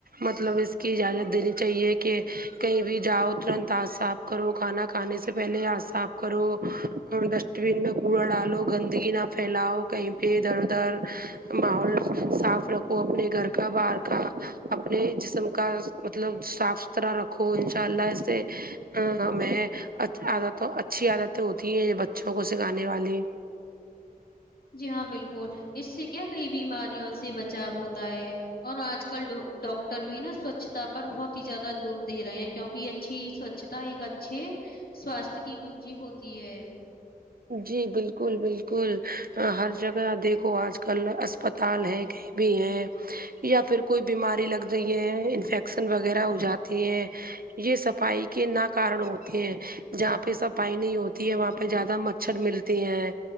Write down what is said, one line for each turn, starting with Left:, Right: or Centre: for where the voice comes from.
Right: مطلب اس اجازت دینی چاہیے کہ کہیں بھی جاؤ ترنت ہاتھ صاف کرو کھانا کھانے سے پہلے ہاتھ صاف کرو ڈسٹ بین میں کوڑا ڈالو گندگی نہ پھیلاؤ کہیں پہ ادھر ادھر ماحول صاف رکھو اپنے گھر کا باہر کا اپنے جسم کا مطلب صاف ستھرا رکھو ان شاء اللہ اس سے میں عادت اچھی عادتیں ہوتی ہیں بچوں کو سکھانے والی
Left: جی ہاں بالکل اس سے کیا کئی بیماریوں سے بچاؤ ہوتا تا ہے اور آج کل ڈ ڈاکٹر بھی نا سوچھ اچھتا پر بہت ہی زیاہ زور دے رہے ہیں کیونکہ اچھی سوچھتا ایک اچھے سواستھ کی کنجی ہوتی ہے
Right: جی بالکل بالکل ہر جگہ دیکھو آج کل اسپ دال ہے کی بھی ہے یا پھر کوئی بیماری لگ رہی ہے انفیکشن وغیرہ ہو جاتی ہے یہ صفائی کے ن کارن ہوتے ہیں جہاں پہ صفائی نہیں ہوتی ہے وہاں پہ زیادہ م چھر ملتے ہیں